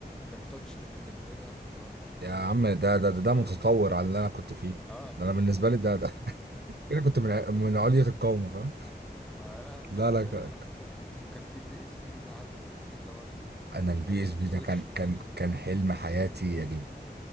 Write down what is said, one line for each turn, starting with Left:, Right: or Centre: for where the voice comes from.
Centre: كان تاتش ده كان بالنسبه لي بقى اختراع جدا
Right: يا
Centre: يعني
Right: عم ده ده
Centre: الصغير
Right: ده, ده متطور
Centre: اه وماسك موبايل
Right: على
Centre: تاتش
Right: اللي انا كنت فيه
Centre: اه
Right: ده انا بالنسبه لي ده ده <laughs> كده
Centre: <laughs>
Right: كنت من ع- من علية القومه فاهم
Centre: ما لا انا كان
Right: لا
Centre: ازاي
Right: لا ك-
Centre: بقى انا كده وكان في البي اس بي ده عارف البي اس بي اللي هو ال-
Right: انا البي
Centre: زي
Right: اس
Centre: السويتش
Right: بي ده كان كان كان حلم حياتي يا جدعان